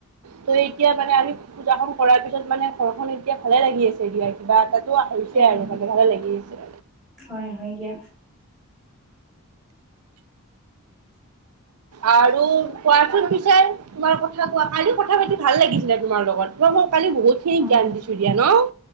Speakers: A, on the right; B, in the centre.
A: ত' এতিয়া মানে আমি পূজাখন কৰাৰ পিছত মানে ঘৰখন এতিয়া ভালে লাগি আছে দিয়া কিবা এটা লোৱা হৈছে
B: উম,
A: আৰু ভালে ভালে লাগি আছে। <inaudible>
B: হয়, হয়, দিয়া <unintelligible>
A: আৰু, কোৱাচোন পিছাই তোমাৰ কথা কোৱা কালি কথা পাতি ভাল লাগিছিলে তোমাৰ লগত ম কালি বহুত খিনি
B: অ'।
A: জ্ঞান দিছো দিয়া ন।